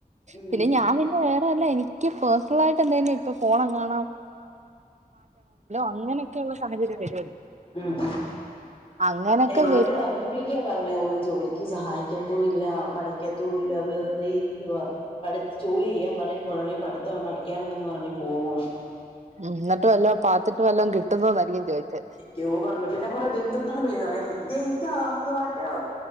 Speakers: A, on the left; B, on the right.
A: ഉം
B: പിന്നെ ഞാൻ പിന്നെ വേറെവല്ല എനിക്ക് പേഴ്സണലായിട്ട് എന്തേലും ഇപ്പ പോണം കാണണം അങ്ങനെയൊക്കെയുള്ള സാഹചര്യം വരുമല്ലോ
A: ഉം ഉം
B: അങ്ങനൊക്കെ
A: എന്നാലും
B: വരും
A: പിന്നെ അതും കൂടെക്കെ പറഞ്ഞേ ഒരു ജോലി സഹായിക്കത്തൂല്ല പഠിക്കത്തൂല്ല വെറുതെ ഇരിക്കുവ. പഠി ജോലി ചെയ്യാൻ പറയുമ്പോഴാണേ ഉടനെ പഠിത്തം പഠിക്കാനുണ്ടെന്ന് പറഞ് പോവും.
B: ഉം എന്നിട്ട് വല്ലോം പാത്തിട്ടും വല്ലതും കിട്ടുന്നോന്നായിരിക്കും ചോയിച്ചെ
A: യൂബെറിനു പിന്നെ കുറെ ബന്ധുക്കൾ വിളി തുടങ്ങി ജയിച്ചോ തോറ്റോ